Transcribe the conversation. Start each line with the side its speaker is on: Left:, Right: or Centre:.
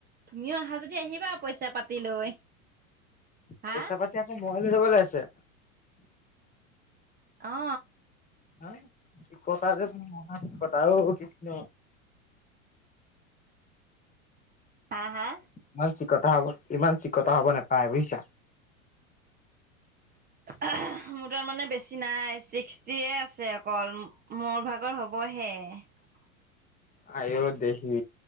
Right: তুমিও আহা যদি আহিবা পইচা পাতি লৈ হা
Left: পইচা-পাতি আকৌ মই লৈ যাবলৈ আছে
Right: অ
Left: হে কি কথা যে ম থা অ কৃষ্ণ
Right: হা হা
Left: ইমান চিকতা হব ইমান চিকতা হব নাপায় বুইছা
Right: এহ মোৰ তাৰ মানে বেছি নাই ছিক্সটিয়ে আছে অকল মোৰ ভাগৰ হ'বহে <unintelligible>
Left: আই অ দেহি